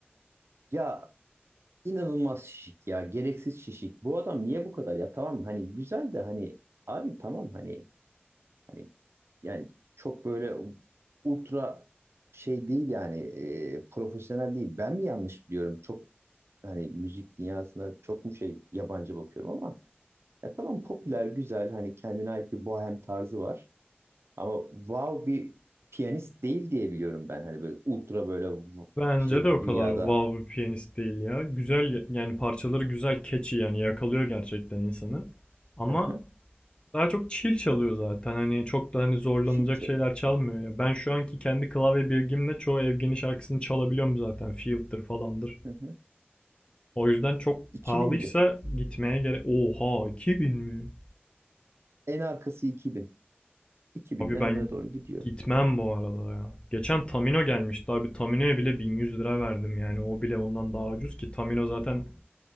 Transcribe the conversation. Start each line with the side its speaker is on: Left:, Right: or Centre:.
Right: Ya İnanılmaz şişik ya. Gereksiz şişik. Bu adam niye bu kadar ya? Tamam hani güzel de hani abi tamam hani hani yani çok böyle ultra şey değil yani e, profesyonel değil. Ben mi yanlış biliyorum? Çok hani müzik dünyasına çok mu şey yabancı bakıyorum ama ya tamam popüler güzel hani kendine ait bir bohem tarzı var. Ama wow bir piyanist değil diye biliyorum ben. Hani böyle ultra böyle v-
Left: Bence
Right: şey
Left: de o kadar
Right: dünyada.
Left: wow bir piyanist değil ya. Güzel yani parçaları güzel, catchy yani yakalıyor gerçekten insanı. Ama
Right: Hı hı.
Left: daha çok chill çalıyor zaten. Hani çok da hani zorlanacak
Right: Şil çalıyor.
Left: şeyler çalmıyor ya. Ben şu anki kendi klavye bilgimle çoğu Evgen'i şarkısını çalabiliyorum zaten. Field'dir falandır.
Right: Hı hı.
Left: O yüzden çok
Right: 2000'di.
Left: pahalıysa gitmeye gerek... Oha 2000 mi?
Right: En arkası 2000. 2000'den
Left: Abi ben
Right: öne doğru gidiyor.
Left: gitmem bu arada ya. Geçen Tamino gelmişti abi. Tamino'ya bile 1100 lira verdim yani. O bile ondan daha ucuz ki Tamino zaten